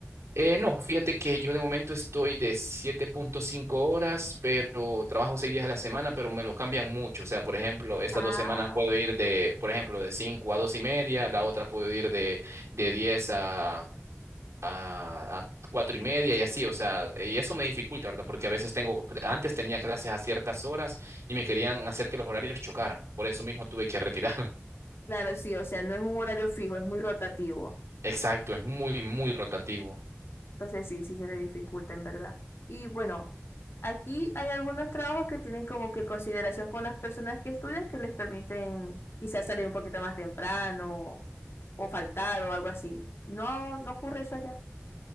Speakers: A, on the right; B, on the left.
A: Eh, no, fíjate que yo de momento estoy de siete punto cinco horas, pero trabajo 6 días a la semana, pero me lo cambian mucho. O sea, por ejemplo, estas
B: Ah,
A: dos semanas puedo ir de, por ejemplo, de 5 a 2 y media, la otra puedo ir de, de 10 a a, a cuatro y media y así, o sea, y eso me dificulta, ¿verdad? Porque a veces tengo, antes tenía clases a ciertas horas y me querían hacer que los horarios chocaran, por eso mismo tuve que retirar. <laughs>
B: claro, sí, o sea, no es un horario fijo, es muy rotativo.
A: Exacto, es muy, muy rotativo.
B: Entonces sí, sí se le dificulta en verdad. Y bueno, aquí hay algunos trabajos que tienen como que consideración con las personas que estudian que les permiten quizás salir un poquito más temprano o faltar o algo así. No, no ocurre eso allá.